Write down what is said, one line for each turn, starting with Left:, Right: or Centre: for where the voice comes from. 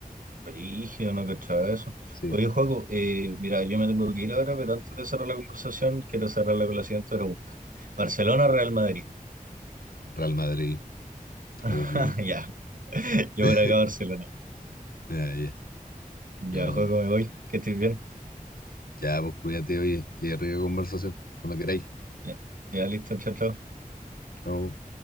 Right: Brígido, no cachaba eso.
Left: Sí,
Right: Oye, Joaco, eh, mira, yo me tengo que ir ahora, pero antes de cerrar la conversación, quiero cerrarla con la siguiente pregunta. ¿Barcelona o Real Madrid?
Left: Real Madrid,
Right: <laughs>
Left: obvio.
Right: Ya, yo
Left: <laughs>
Right: por acá Barcelona.
Left: Ah, ya,
Right: Ya,
Left: No,
Right: Joaco, me voy, que estés bien.
Left: ya, pues cuídate, oye, que rica conversación, cuando queráis.
Right: Ya, ya listo, chao, chao.
Left: Chao.